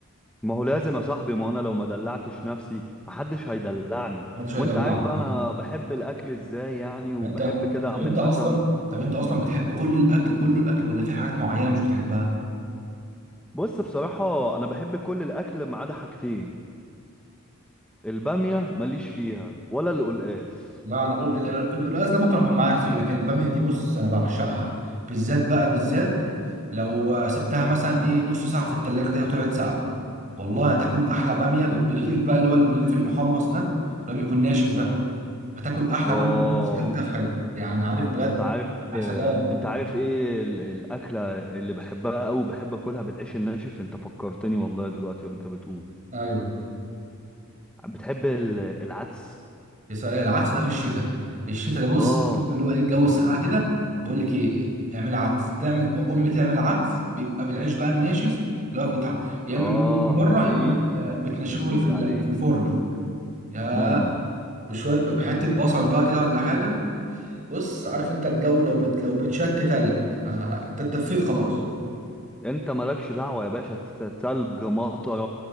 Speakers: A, in the centre; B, on the right.
A: ما هو لازم يا صاحبي ما انا لو ما دلعتش نفسي محدش هيدلعني
B: محدش هيدلعك
A: وانت عارف بقى
B: آه.
A: انا بحب الاكل ازاي يعني وبحب
B: انت
A: كده
B: طب
A: اعمل
B: انت اصلا
A: مثلا
B: طب انت اصلا
A: مم.
B: بتحب كل الاكل كله الاكل ولا في حاجات معينة مش بتحبها؟
A: بص بصراحة انا بحب كل الاكل ما عدا حاجتين البامية ماليش فيها ولا القلقاس
B: لا انا بقول ال- ال- القلقاس ده ممكن اكون معاك فيه لكن الباميه دي بص انا بعشقها بالذات بقى بالذات لو آه، سبتها مثلا ايه نص ساعه في التلاجة كده وطلعت ساقعه والله هتاكل احلى باميه ب- بالرغيف بقى اللي هو الرغيف المحمص ده اللي هو بيكون ناشف ده هتاكل احلى
A: اه
B: باميه ممكن كلتها في حياتك يعني عارف بجد
A: انت عارف
B: يا
A: آه،
B: سلام
A: انت عارف ايه ال- الاكلة اللي بحبها اوي بحب اكلها بالعيش الناشف انت فكرتني والله دلوقتي وانت بتقول
B: ايوه
A: بتحب ال- العدس
B: يس- العدس ده في الشتاء الشتاء ده بص
A: اه
B: عارف اللي هو ايه الجو
A: اه
B: ساقع كده بقول لك ايه اعمل عدس تعمل امي تعمل عدس بيبقى بالعيش بقى الناشف اللي هو بتاع يا
A: اه
B: اما بتجيبه من بره
A: يا سيدي
B: يا اما بت- آه، بتنشفه
A: يا سيدي
B: في ال-
A: عليك
B: في الفرن يا
A: امم
B: بشويه بحته بصل بقى كده ولا حاجه بص عارف انت الجو لو بت... لو بتشت تلج آه، انت اتدفيت خلاص
A: انت مالكش دعوة يا باشا تت- تلج مطر